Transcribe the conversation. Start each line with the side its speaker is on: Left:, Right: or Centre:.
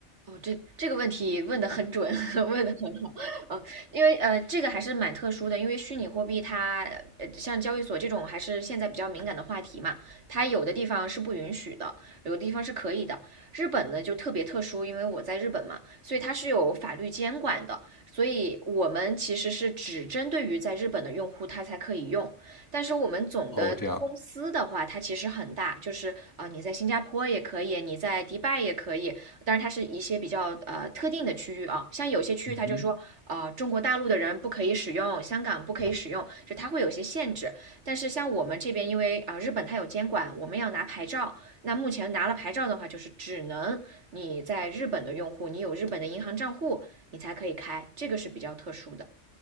Right: 哦，这这个问题问得很准，<laughs> 问得很好。呃，因为呃，这个还是蛮特殊的，因为虚拟货币它呃，像交易所这种还是现在比较敏感的话题嘛，它有的地方是不允许的，有的地方是可以的。日本呢就特别特殊，因为我在日本嘛，所以它是有法律监管的，所以我们其实是只针对于在日本的用户，它才可以用。但是我们总的公司的话，
Left: 哦，这样，
Right: 它其实很大，就是啊、呃你在新加坡也可以，你在迪拜也可以，当然它是一些比较呃特定的区域啊，像有些区域它就说，
Left: 嗯哼。
Right: 呃，中国大陆的人不可以使用，香港不可以使用，就它会有些限制。但是像我们这边，因为啊、呃日本它有监管，我们要拿牌照，那目前拿了牌照的话，就是只能你在日本的用户，你有日本的银行账户，你才可以开，这个是比较特殊的。